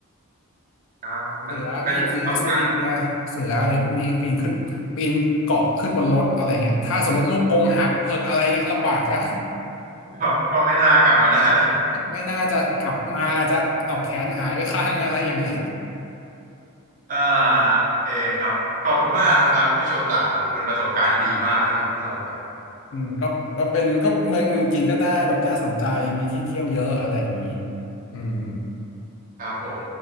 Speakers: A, on the right (about 35°); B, on the left (about 60°).
A: อ่ามันเป็นกลับกัน
B: เสือมีเสือไซบีเรียเสืออะไรพวกนี้ปีนขึ้นปีนเกาะขึ้นบนรถอะไรเงี้ยถ้าสมมติลูกกรงหักเหิกอะไรเงี้ยลำบากแล้ว
A: ก็ก็ไม่น่ากลับมาได้
B: <laughs> ไม่น่าจะกลับมาอาจจะเอาแขนหายไปข้างอะไรอย่างนี้
A: อ่าโอเคครับขอบคุณมากนะครับพี่โชตะโอ้โหเป็นประสบการณ์ที่ดีมากเลยที่พี่เล่ามัน
B: <laughs> อืมก็ก็เป็นก็เมืองเมืองจีนก็น่าแบบน่าสนใจมีที่เที่ยวเยอะอะไรอย่างนี้อืม
A: ครับผม